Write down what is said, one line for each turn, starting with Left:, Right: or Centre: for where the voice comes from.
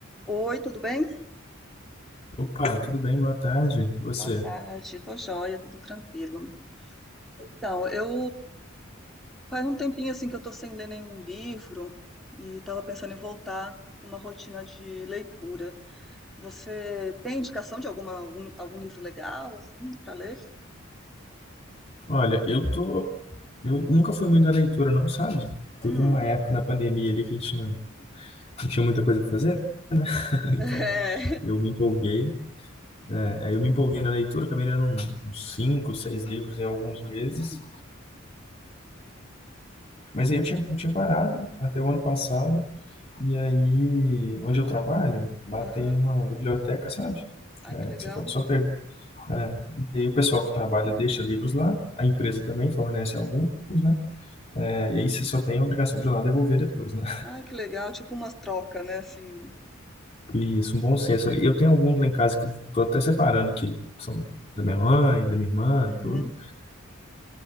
Centre: Oi, tudo bem?
Left: Opa, tudo bem? Boa tarde. Você?
Centre: Boa tarde, tô joia, tudo tranquilo. Então, eu faz um tempinho assim que eu tô sem ler nenhum livro e tava pensando em voltar com uma rotina de leitura. Você tem indicação de alguma, algum, algum livro legal assim para ler?
Left: Olha, eu tô. Eu nunca fui muito da leitura, não, sabe? Teve
Centre: Hum.
Left: uma época na pandemia ali que a gente não, não tinha muita coisa pra fazer, <laughs>
Centre: <laughs>
Left: então
Centre: É.
Left: eu me empolguei. É, Aí eu me empolguei na leitura, acabei lendo um- uns cinco, seis livros em alguns meses.
Centre: Hum,
Left: Mas aí eu tinha,
Centre: é.
Left: eu tinha parado até o ano passado. E aí, onde eu trabalho, lá
Centre: Aham.
Left: tem uma biblioteca, sabe?
Centre: Ai,
Left: É,
Centre: que legal.
Left: que você pode só pegar. É. E aí o pessoal que trabalha deixa livros lá, a empresa
Centre: Uhum.
Left: também fornece alguns, né? E aí você só tem a obrigação de ir lá devolver depois, né?
Centre: Ai, que legal, tipo umas trocas, né, assim.
Left: E Isso, um bom senso ali. Eu tenho alguns
Centre: né?
Left: lá em casa que eu tô até separando, que são da minha mãe, da minha irmã,
Centre: Uhum.
Left: tudo.